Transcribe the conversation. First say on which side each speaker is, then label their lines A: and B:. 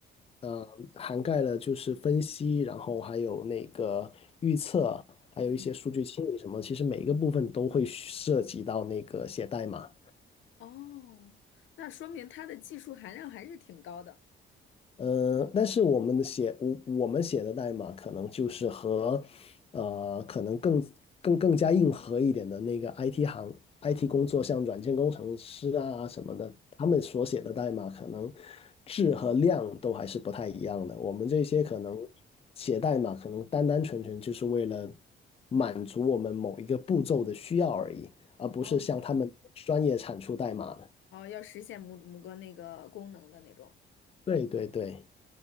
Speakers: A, on the left (about 30°); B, on the left (about 75°).
A: 呃，涵盖了就是分析，然后还有那个预测，还有一些数据清理什么，
B: 嗯，
A: 其实每一个部分都会涉及到那个写代码，
B: 哦，那说明它的技术含量还是挺高的。
A: 呃，但是我们的写我我们写的代码可能就是和，呃，可能更更更加硬核一点的那个 IT 行 IT 工作，像软件工程师啊什么的，他们所写的代码可能质和量都还是不太一样的。我们这些可能写代码，可能单单纯纯就是为了满足我们某一个步骤的需要而已，而不是像他们专业产出代码的。
B: 哦，哦，要实现某某个那个功能的那种。
A: 对对对，